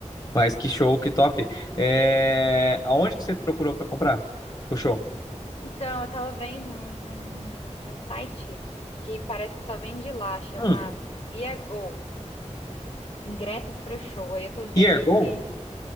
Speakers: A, on the left; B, on the left.
A: Mas que show, que top. É, Aonde que você procurou para comprar o show?
B: Então, eu tava vendo um, um, um site que parece que só vende lá, chama
A: Hum,
B: ViaGo, ingressos para show. Aí eu tô vendo
A: Ergo?
B: aqui,